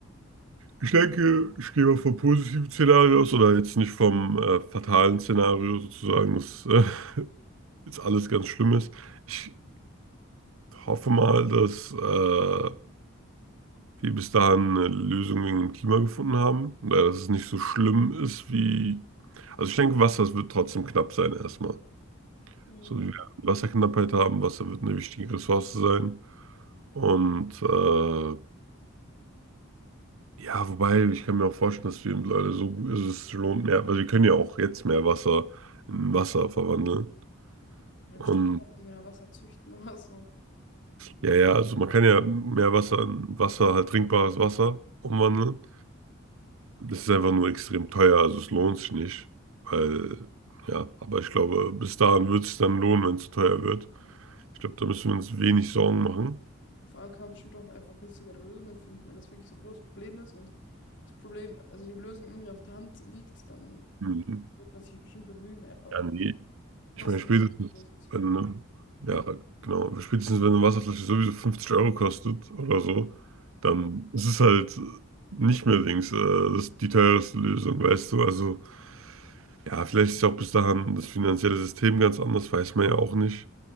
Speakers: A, on the right; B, on the left.
A: Ich denke, ich gehe mal vom positiven Szenario aus oder jetzt nicht vom äh, fatalen Szenario sozusagen, dass äh, <laughs> jetzt alles ganz schlimm ist. Ich hoffe mal, dass äh, wir bis dahin eine Lösung wegen dem Klima gefunden haben oder dass es nicht so schlimm ist wie. Also ich denke, Wasser es wird trotzdem knapp sein erstmal.
B: Mhm.
A: So, wir werden Wasserknappheit haben, Wasser wird eine wichtige Ressource sein und äh, Ja, wobei, ich kann mir auch vorstellen, dass wir Leute so gut, also es lohnt mehr, weil wir können ja auch jetzt mehr Wasser in Wasser verwandeln.
B: Ja, bestimmt
A: Und
B: kann man irgendwie noch Wasser züchten oder so.
A: ja, ja, also man kann ja mehr Wasser in Wasser, halt trinkbares Wasser umwandeln. Das ist einfach nur extrem teuer, also es lohnt sich nicht. Weil, ja, aber ich glaube, bis dahin wird es dann lohnen, wenn es zu teuer wird. Ich glaube, da müssen wir uns wenig Sorgen machen.
B: Ja, Vor allem kann man bestimmt auch einfach günstigere Lösungen finden. Wenn das wirklich so ein großes Problem ist und das Problem, also die Lösung irgendwie auf der Hand liegt, dann
A: Mhm.
B: wird man sich bestimmt bemühen, einfach auch
A: Ja,
B: eine
A: nee,
B: kostenlose
A: Ich meine, spätestens,
B: Lösung zu
A: wenn, ne, ja, genau, spätestens, wenn eine Wasserflasche sowieso 50 Euro kostet oder so, dann ist es halt nicht mehr links, äh, das ist die teuerste Lösung, weißt du? Also, ja, vielleicht ist auch bis dahin das finanzielle System ganz anders, weiß man ja auch nicht.